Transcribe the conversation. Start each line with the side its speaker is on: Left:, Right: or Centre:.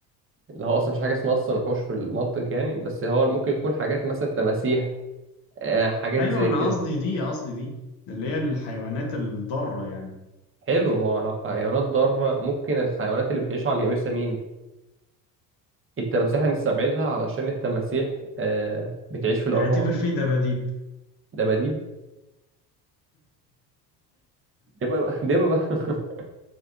Right: اللي هو اصلا مفيش حاجه اسمها اصلا وحوش في المنطق يعني بس هو ممكن يكون حاجات مثلا تماسيح آه، حاجات
Left: ايوه
Right: زي
Left: انا
Right: كده
Left: قصدي دي قصدي دي اللي هي الحيوانات الضارة يعني
Right: حلو ما هو لو حيوانات ضاره ممكن الحيوانات اللي بتعيش على اليابسه مين التماسيح هنستبعدها علشان التماسيح آه، بتعيش في الانهار
Left: اعتبر فيه دباديب
Right: دباديب دببة <laughs> دببة <laughs>